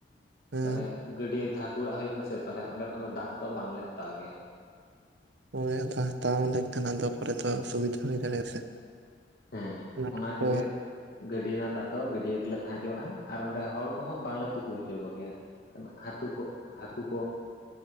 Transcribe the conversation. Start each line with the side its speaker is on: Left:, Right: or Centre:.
Right: ᱦᱮᱸ
Left: ᱛᱟᱦᱞᱮ ᱜᱟᱹᱰᱭᱟᱹ ᱨᱮᱫᱚ ᱦᱟᱹᱠᱩ ᱚᱲᱟᱜ ᱦᱩᱭ ᱟᱠᱟᱱᱟ ᱥᱮ ᱛᱟᱦᱚᱞᱮ ᱚᱸᱰᱮ ᱠᱷᱚᱱ ᱫᱚ ᱫᱟᱜ ᱫᱚ ᱵᱟᱝᱞᱮ ᱦᱟᱛᱟᱣ ᱜᱮᱭᱟ᱾
Right: ᱦᱳᱭ ᱟᱫᱚ ᱦᱟᱛᱟᱣ ᱞᱮᱱᱠᱷᱟᱱ ᱟᱫᱚ ᱯᱚᱨᱮ ᱫᱚ ᱚᱥᱩᱵᱤᱫᱷᱟ ᱦᱩᱭ ᱫᱟᱲᱮᱭᱟᱜᱼᱟ ᱥᱮ᱾
Left: ᱦᱮᱸ
Right: ᱟᱱᱟᱴ
Left: ᱚᱱᱟ ᱠᱷᱟᱹᱛᱤᱨ
Right: ᱠᱚ
Left: ᱜᱮ ᱜᱟᱹᱰᱭᱟᱹ ᱨᱮᱱᱟᱜ ᱫᱟᱜ ᱫᱚ ᱜᱟᱹᱰᱭᱟᱹ ᱜᱮᱞᱮ ᱛᱟᱦᱮᱸ ᱦᱚᱪᱚᱣᱟᱜᱼᱟ ᱟᱨ ᱚᱸᱰᱮ ᱦᱚᱲ ᱠᱚᱦᱚᱸ ᱵᱟᱝᱞᱮ ᱛᱩᱯᱩ ᱦᱚᱪᱚ ᱟᱠᱚᱜᱮᱭᱟ᱾ ᱦᱟᱹᱛᱩ ᱠᱚ ᱦᱟᱹᱠᱩ ᱠᱚᱼᱼ